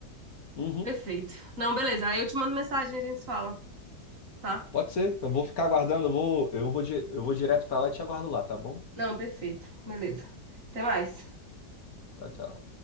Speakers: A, on the left; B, on the right.
A: Uhum,
B: Perfeito. Não, beleza, aí eu te mando mensagem e a gente se fala, tá?
A: pode ser. Eu vou ficar aguardando, eu vou, eu vou, di- eu vou direto pra lá e te aguardo lá, tá bom?
B: Não, perfeito, beleza. Até mais.
A: Tchau, tchau.